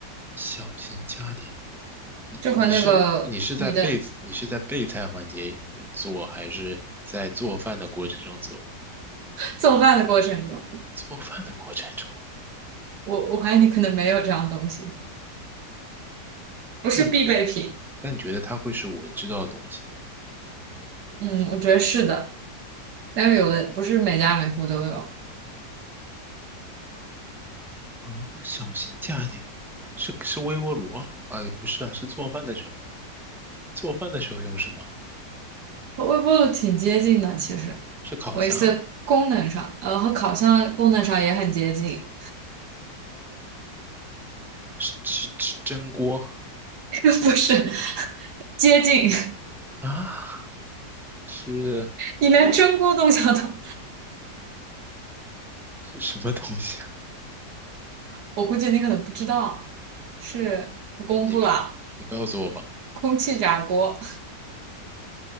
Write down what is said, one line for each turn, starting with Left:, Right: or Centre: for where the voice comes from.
Centre: 小型家电，
Right: 就和那个你的
Centre: 你是你是在备你是在备菜环节呃做，还是在做饭的过程中做？
Right: <laughs> 做饭的过程中，
Centre: 做饭的过程中，
Right: 我我怀疑你可能没有这样东西，不是必备品。
Centre: 但你觉但你觉得它会是我知道的东西吗
Right: 嗯，我觉得是的，但是有的不是每家每户都有。
Centre: 啊？小型家电是是微波炉啊？哎，不是啊，是做饭的时候，做饭的时候用什么？
Right: 和微波炉挺接近的，其实，
Centre: 是烤箱？
Right: 我意思功能上，呃，和烤箱功能上也很接近，
Centre: 是是是蒸锅
Right: <laughs> 不是接近。
Centre: 啊？是
Right: 你连蒸锅都想到，
Centre: 是什么东西啊？
Right: 我估计你可能不知道，是我公布了。
Centre: 你告你告诉我吧，
Right: 空气炸锅，